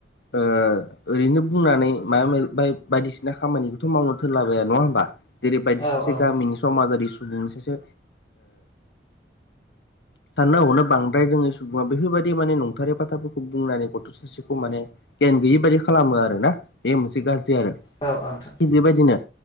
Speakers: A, on the left; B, on the left.
A: ओ ओरैनो बुंनानै मायै माब बाय बायदिसिना खामानिखौथ' मावनो थोनलाबाया नङा होमबा? जेरैबायायदि
B: औ
A: सासे
B: औ
A: गामिनि समाजारि सुबुंनि सासे सानना हनो बांद्राय रोङै सुबुंङा बेफोरबायदि माने नंथारै बाथाफोरखौ बुंनानै गथ' सासेखौ माने गियान गैयि बाददि खालामो आरो ना बेयो मोनसे गाज्रि आरो
B: औ औ नोंथां
A: थिग बेबायदिनो